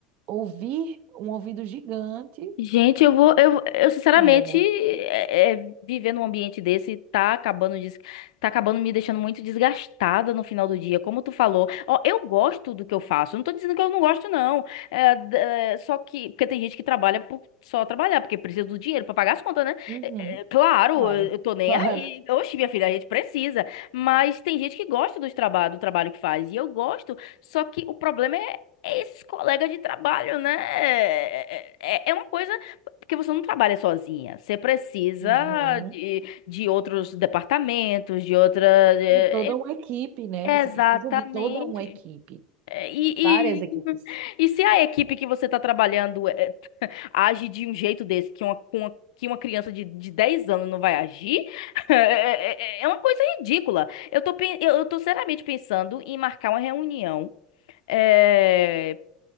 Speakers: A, on the right; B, on the left.
A: ouvir um ouvido gigante,
B: Gente, eu vou, eu, eu sinceramente,
A: pequeno.
B: é, é, viver num ambiente desse tá acabando, des- tá acabando me deixando muito desgastada no final do dia, como tu falou. Ó, eu gosto do que eu faço, eu não tô dizendo que eu não gosto, não. É, d- é, só que, porque tem gente que trabalha por só trabalhar, porque precisa do dinheiro pra pagar as contas, né?
A: Uhum,
B: É, é, claro,
A: claro,
B: eu eu tô
A: <laughs>
B: nem
A: claro.
B: aí. Oxe, minha filha, a gente precisa. Mas tem gente que gosta dos traba do trabalho que faz, e eu gosto, só que o problema é é Esses colegas de trabalho, né? É, é- é é uma coisa porque você não trabalha sozinha. Você precisa
A: Uhum.
B: de, de outros departamentos, de outra. é-
A: Toda uma equipe, né?
B: é-
A: Você
B: exatamente.
A: precisa de toda uma equipe,
B: É, E,
A: várias
B: e,
A: equipes.
B: <laughs> e se a equipe que você está trabalhando é, age de um jeito desse, que uma, com uma- que uma criança de, de 10 anos não vai agir, <laughs> é, é- é- é uma coisa ridícula. Eu tô, pen- eu eu tô seriamente pensando em marcar uma reunião é,